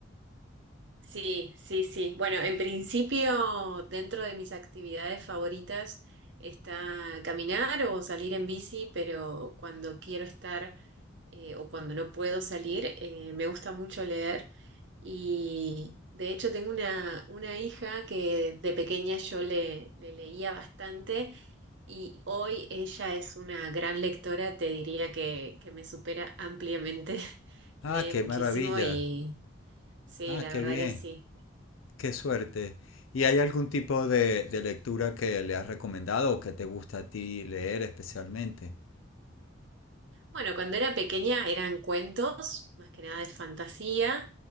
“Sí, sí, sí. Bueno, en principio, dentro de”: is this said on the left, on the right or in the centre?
Right